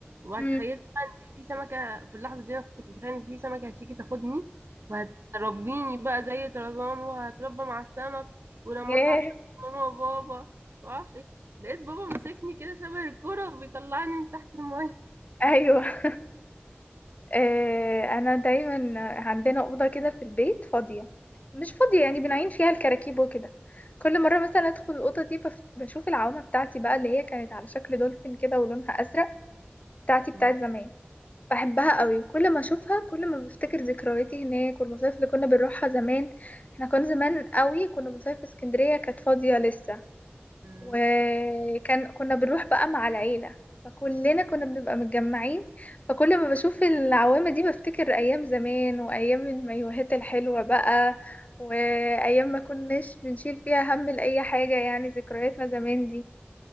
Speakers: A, on the right (about 65°); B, on the left (about 35°).
A: وتخيلت
B: امم
A: بقى ان في سمكه في اللحظه دي انا كنت متخيله ان في سمكه هتيجي تاخدني وهتربيني بقى زي طرزان وهتربى مع السمك ولما
B: ياه
A: اطلع مش هبقى ماما وبابا معرفش ايه لقيت بابا ماسكني كده شبه الكوره وبيطلعني من تحت الميه
B: ايوه <laughs> آه، انا دايما عندنا اوضه كده في البيت فاضيه مش فاضيه يعني بنعين فيها الكراكيب وكده كل مره مثلا ادخل الاوضه دي بف- بشوف العوامه بتاعتي بقى اللي هي كانت على شكل دولفين كده ولونها ازرق بتاعتي بتاعت
A: م-
B: زمان بحبها قوي كل ما اشوفها كل ما بفتكر ذكرياتي هناك والمصايف اللي كنا بنروحها زمان احنا كنا زمان قوي كنا بنصيف في اسكندرية كانت فاضية لسه
A: م.
B: وكان كنا بنروح بقى مع العيلة فكلنا كنا بنبقى متجمعين فكل ما بشوف العوامة دي بفتكر ايام زمان وايام المايوهات الحلوة بقى وايام ما كناش بنشيل فيها هم لأي حاجة يعني ذكرياتنا زمان دي